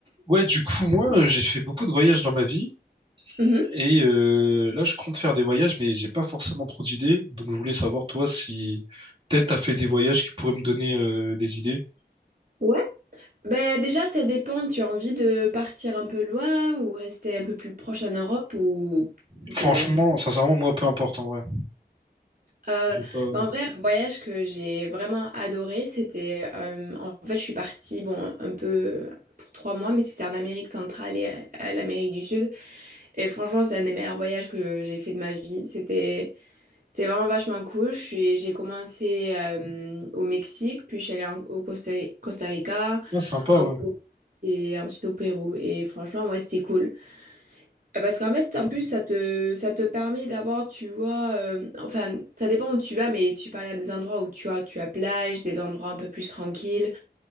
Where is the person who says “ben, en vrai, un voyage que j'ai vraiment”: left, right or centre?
Right